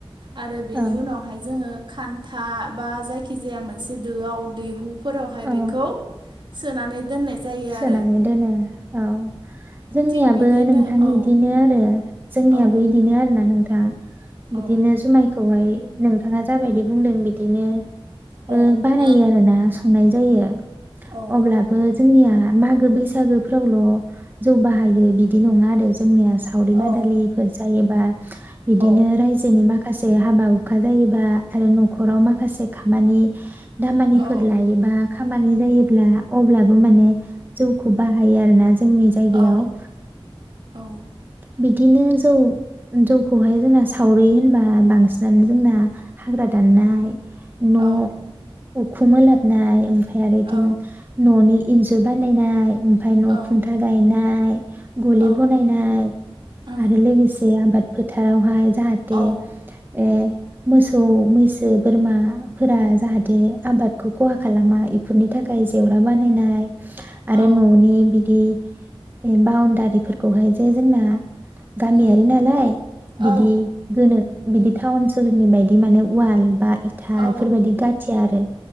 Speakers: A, on the right (about 55°); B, on the right (about 20°).
A: आरो बेनि
B: ओं
A: उनावहाय जोङो खान्था बा जायखिजाया मोनसे दोआव दैहु फोरावहाय
B: औ
A: बेखौ सोनानै दोननाय जायो
B: सोनानै
A: आरो
B: दोनो औ जोंनियाबो
A: थिग बिदिनो
B: नोंथां
A: औ
B: इदिनो आरो जोंनियाबो
A: औ
B: इदिनो आरोना नोंथां थां बिदिनो
A: औ
B: जुमायखौहाय नोंथाङा जाबायदि बुंदों बिदिनो
A: औ
B: ओ बानायो आरोना संनाय जायो
A: औ
B: अब्लाबो जोंनिया मागो बैसागोफ्रावल' जौ बाहायो बिदि नङा आरो जोंनिया सावरि बादालिफोर
A: औ
B: जायोबा बिदिनो
A: औ
B: रायजोनि माखा खासे हाबा हुखा जायोबा आरो न'खराव माखासे खा मानि दामानिफोर
A: औ
B: लायोबा खामानि नि जायोब्ला अब्ला माने जौखौ बाहायो आरोना जोंनि जायगायाव
A: औ औ
B: बिदिनो जौ जौखौहाय जोंना सावरि होनबा बांसिनानो जोंना हाग्रा दाननाय न'
A: औ
B: उखुम ओलाबनाय आरो इथिं
A: औ
B: न'नि इन्जुर बानायनाय ओमफाय न'
A: औ
B: खुन्था गायनाय गलि
A: औ
B: बनायनाय
A: ओम
B: आरो लोगोसे आबाद फोथारावहाय जाहाथे
A: औ
B: ए मोसौ मैसो बोरमाफोरा जाहाथे आबादखौ खहा खालामा इफोरनि थाखाय जेवरा बानायनाय आरो
A: औ
B: न'नि बिदि ए बाउनदारिफोरखौहाय जे जोंना गामियारि
A: ओम
B: नालाय
A: औ
B: बिदि गोनो बिदि टाउन सोहोरनि बायदि माने वाल बा इथा
A: औ
B: बेफोरबायदि गाथिया आरो